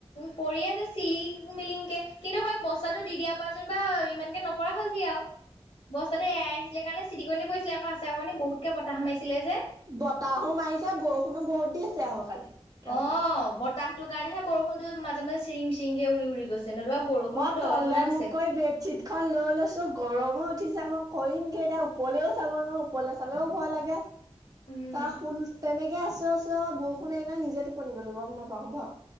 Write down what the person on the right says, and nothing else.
বতাহো মাৰিছে, বৰষুণো বহুত দি আছে আহ কালি। ৰাতি
মই
তলে
মোক কৈ বেডশ্বিট খন লৈ লৈছো গৰমে উঠি যাব কৰিমগে, এতিয়া ওপৰলেও চাব নোৱাৰো ওৰলে চালেও ভয় লাগে।
তাৰ শুল তেনেকে আছো আছো বৰষুণ এইবিলাক নিজে টোপনি গলো গম নাপাওঁ ব